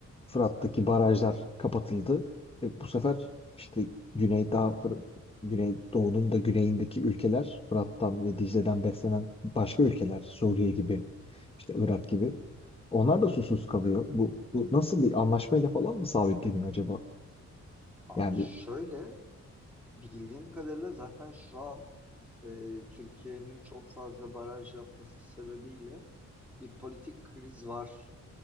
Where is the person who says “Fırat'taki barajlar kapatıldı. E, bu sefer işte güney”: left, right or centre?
Left